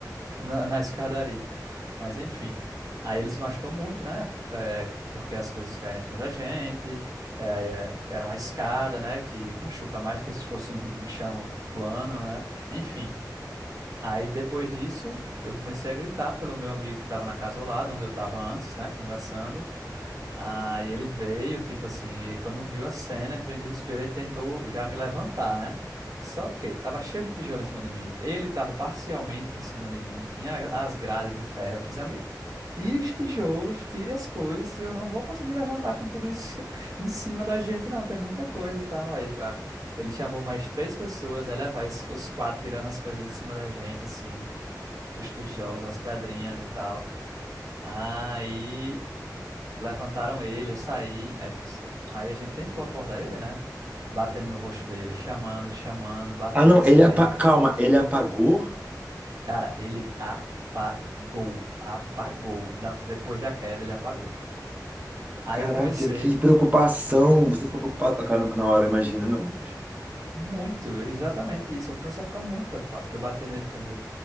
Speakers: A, on the right; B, on the right.
A: na, na escadaria. Mas enfim. Aí ele se machucou muito, né? é, Porque as coisas caíram em cima da gente. é, é, era uma escada, né? Que machuca mais que se fosse um <laughs> chão plano, né? Enfim. Aí depois disso, eu comecei a gritar pelo meu amigo que estava na casa ao lado, onde eu estava antes, né? Conversando. Aí ele veio, tipo assim, e quando viu a cena, entrou em desespero e tentou já me levantar, né? Só que tava cheio de tijolo em cima de mim, ele tava parcialmente em cima de mim, tinha as grades de ferro. Eu fiz, amigo, tire os tijolos, tire as coisas, eu não vou conseguir levantar com tudo isso <laughs> em cima da gente, não, tem muita coisa e tal. Aí a- ele chamou mais três pessoas, aí lá vai os, os quatro tirando as coisas de cima da gente, assim, os tijolos, as pedrinhas e tal. Aí. Levantaram ele, eu saí. Aí, fiz- aí a gente tentou acordar ele, né? Batendo no rosto dele, chamando, chamando, batendo
B: Ah, não,
A: assim
B: ele
A: nele.
B: apa... calma, ele apagou?
A: Cara, ele apagou, apagou. Da- Depois da queda, ele apagou. Aí
B: Caraca,
A: eu comecei
B: que preocupação. Você ficou preocupado pra caramba na hora, imagina, né, Matheus?
A: muito, exatamente isso. Eu comecei a ficar muito preocupado, que eu batia nele e fazia,